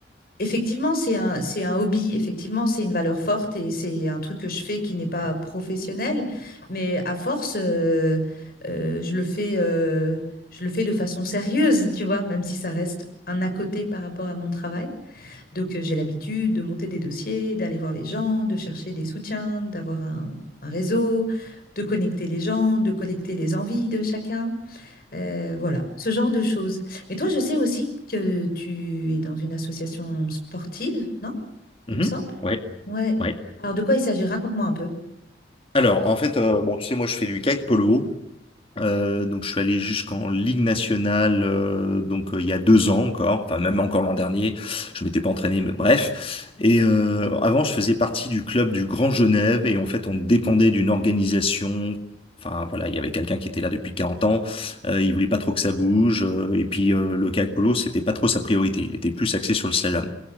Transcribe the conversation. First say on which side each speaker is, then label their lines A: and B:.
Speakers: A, on the left (about 50°); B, on the left (about 30°).
A: Effectivement, c'est un c'est un hobby, effectivement, c'est une valeur forte et c'est un truc que je fais qui n'est pas professionnel, mais à force, heu heu, je le fais, heu, je le fais de façon sérieuse, tu vois? Même si ça reste un à côté par rapport à mon travail. Donc, heu, j'ai l'habitude de monter des dossiers, d'aller voir les gens, de chercher des soutiens, d'avoir un un réseau, de connecter les gens, de collecter les envies de chacun. Euh, voilà, ce genre de choses. Mais toi, je sais aussi que tu es dans une association sportive, non?
B: Mhm.
A: Il me semble.
B: Ouais,
A: Ouais.
B: ouais.
A: Alors, de quoi il s'agit? Raconte-moi un peu.
B: Alors, en fait, euh, bon, tu sais, moi, je fais du kayak polo. Euh, donc, je suis allé jusqu'en Ligue nationale, euh, donc euh, il y a deux ans encore, enfin même encore l'an dernier. Je m'étais pas entraîné, mais bref. Et euh, avant, je faisais partie du club du Grand Genève, et en fait, on dépendait d'une organisation. Enfin voilà, il y avait quelqu'un qui était là depuis 40 ans. Euh, il voulait pas trop que ça bouge, euh, et puis euh, le kayak polo, c'était pas trop sa priorité. Il était plus axé sur le slalom.